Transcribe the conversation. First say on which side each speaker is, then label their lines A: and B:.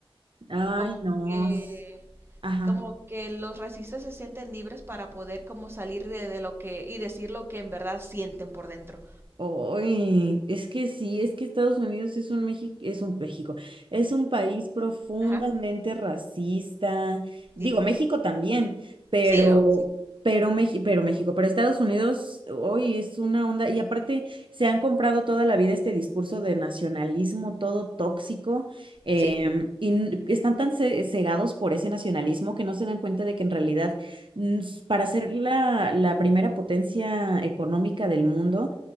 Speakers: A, on the right; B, on the right.
A: Ay,
B: Como
A: no.
B: que,
A: s- Ajá.
B: como que los racistas se sienten libres para poder como salir de, de lo que y decir lo que en verdad sienten por dentro.
A: Oy, es que sí, es que Estados Unidos es un México, es un México, es un país profundamente
B: Ajá.
A: racista. Digo,
B: Sí.
A: México también, pero,
B: Sí, o-
A: pero, Meji- pero México, pero Estados Unidos, hoy es una onda. Y aparte, se han comprado toda la vida este discurso de nacionalismo todo tóxico, em,
B: sí.
A: y n- están tan ce- cegados por ese nacionalismo que no se dan cuenta de que en realidad, mm, s- para ser la, la primera potencia económica del mundo,